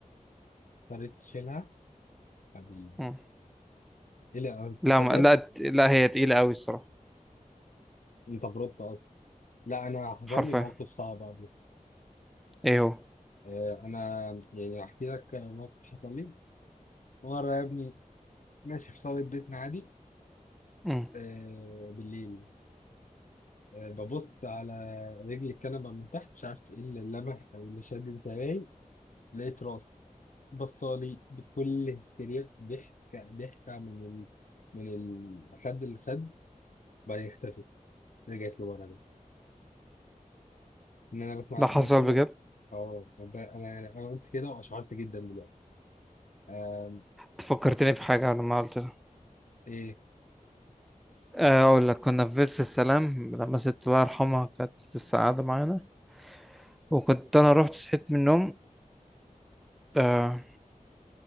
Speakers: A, on the left (about 65°); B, in the centre.
A: اضطريت تشيلها حبيبي
B: مم.
A: ايه لا انت
B: لا
A: أنت
B: ما
A: بجد
B: لا لا هي تقيله قوي الصراحه
A: انت بربط اصلا لا انا حصل
B: حرفيا
A: لي مواقف صعبه قبل
B: ايه هو
A: آه، انا يعني احكي لك موقف حصل لي مرة يا ابني ماشي في صالة بيتنا عادي
B: مم.
A: آه بالليل آه ببص على رجل الكنبة من تحت مش عارف ايه اللي لمح او اللي شد انتباهي لقيت راس بصالي بكل هستيريا ضحكة ضحكة من ال... من الخد اللي خد بعدين اختفت رجعت لورا بقى. ان انا بسمع
B: ده حصل
A: انا كل
B: بجد
A: ما- اه طب انا انا قلت كده واشعرت جدا دلوقتي آم
B: فكرتني بحاجه لما قلت لها
A: ايه
B: آه، اقول لك كنا في بيت في السلام لما ست الله يرحمها كانت لسه قاعده معانا وكنت انا رحت صحيت من النوم آه،